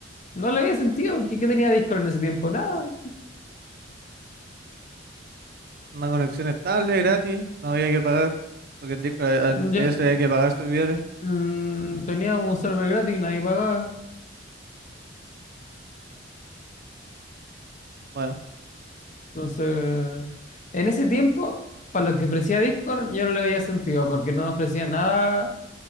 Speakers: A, on the left (about 40°); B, on the right (about 55°).
A: no lo había sentido, porque ¿qué tenía Discord en ese tiempo? Nada.
B: Una conexión estable, gratis, no había que pagar, porque en Discord,
A: Yo,
B: en TS había que pagar servidores.
A: mm, teníamos un server gratis y nadie pagaba.
B: Bueno,
A: Entonces, en ese tiempo, para lo que ofrecía Discord, yo no le había sentido, porque no ofrecía nada